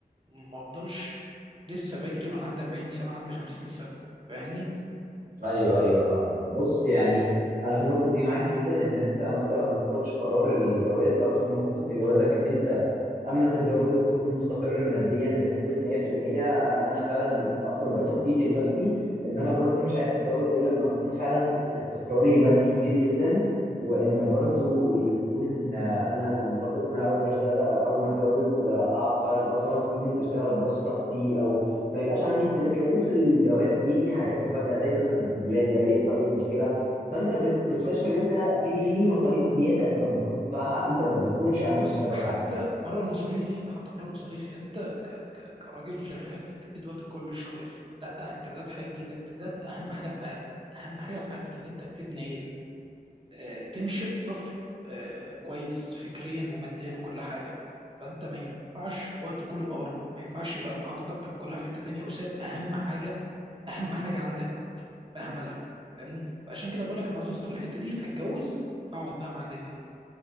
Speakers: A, on the right (about 30°); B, on the right (about 65°).
A: ما افضلش لسه بجري وانا عندي 40 سنه عندي 50 سنه فاهمني
B: ايوه ايوه فاهمك بص يعني انا في النقطه دي معاك جدا ان انت مثلا ما تاخدش قرار الجواز او تكون مخطط لجوازك ان انت اما تتجوز تكون مستقر ماديا بنسبه 100% انا انا فعلا اصلا ده تخطيطي لنفسي ان انا برضو مش عايز اتجوز الا لما اكون فعلا استقراري المادي كبير جدا وان برضو يكون آه، انا مخطط ان انا اول ما اشتغل اول ما اتجوز آه، اقعد فعلا اول خمس سنين اشتغل بنص طاقتي او ما يبقاش عندي ستريس لان في الجواز بيجي حاجات مفاجاه زي مثلا الولاده يحصل اي مشكله فانت بتكتشف
A: بالظبط
B: ان انت في في مصاريف زياده انت المفروض تدفعها انت ما بتكونش عامل
A: بص
B: حسابك
A: حتى
B: عليها
A: بره المصاريف حتى بره المصاريف انت ك ك كراجل شغال انت بتدي وقتك كل الشغل لا انت بدات حاجه جديده انت بدات اهم حاجه في حياتك اهم حاجه في حياتك ان انت تبني آه، تنشئ طفل آه، كويس فكريا وماديا وكل حاجه فانت ما ينفعش وقت كله يبقى بره ما ينفعش يبقى انت حاطط طاقتك كلها في حته تانيه وساب اهم حاجه اهم حاجه عندك مهملها فاهمني فعشان كده بقول لك انا عاوز اوصل للحته دي فاتجوز فاقعد بقى مع الناس دي